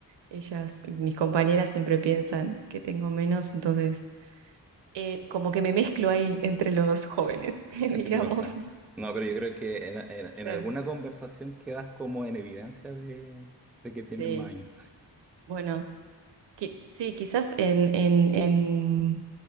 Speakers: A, on the right (about 80°); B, in the centre.
A: ellas, mis compañeras siempre piensan que tengo menos, entonces eh, como que me mezclo ahí entre los jóvenes, <laughs> digamos.
B: Entre los jueces. No, pero yo creo que en, en-
A: Claro,
B: en alguna conversación quedas como en evidencia de, de que tienen
A: sí.
B: más años.
A: Bueno, qui- sí, quizás en, en, en